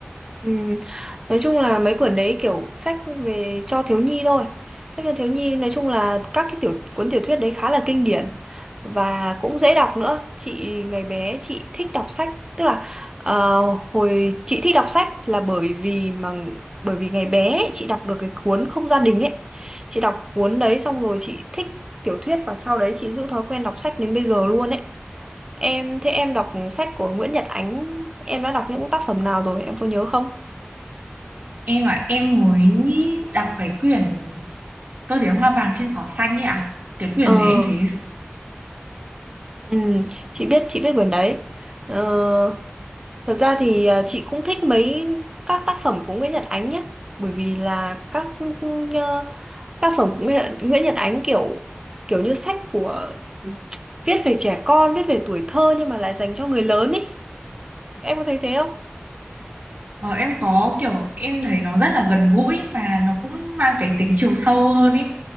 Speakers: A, on the right (about 15°); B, on the right (about 45°).
A: Ừm, Nói chung là mấy quyển đấy kiểu sách về cho thiếu nhi thôi. Sách cho thiếu nhi nói chung là các cái tiểu cuốn tiểu thuyết đấy khá là kinh điển và cũng dễ đọc nữa. Chị ngày bé chị thích đọc sách, tức là ờ, hồi chị thích đọc sách là bởi vì mà bởi vì ngày bé ấy, chị đọc được cái cuốn Không gia đình ấy. Chị đọc cuốn đấy xong rồi chị thích tiểu thuyết và sau đấy chị giữ thói quen đọc sách đến bây giờ luôn ấy. Em thế em đọc sách của Nguyễn Nhật Ánh, em đã đọc những tác phẩm nào rồi? Em có nhớ không?
B: Em à, em mới đọc cái quyển Tôi thấy hoa vàng trên cỏ xanh ấy ạ. Cái quyển
A: Ờ,
B: đấy em thấy
A: ừ, chị biết chị biết quyển đấy. Ờ, thật ra thì ờ, chị cũng thích mấy các tác phẩm của Nguyễn Nhật Ánh nhé, bởi vì là các ờ, tác phẩm của Nguyễn, Nguyễn Nhật Ánh kiểu kiểu như sách của <tsk> viết về trẻ con, viết về tuổi thơ nhưng mà lại dành cho người lớn ý. Em có thấy thế không?
B: ờ, em có kiểu em thấy nó rất là gần gũi mà nó cũng mang cái tính chiều sâu hơn ấy.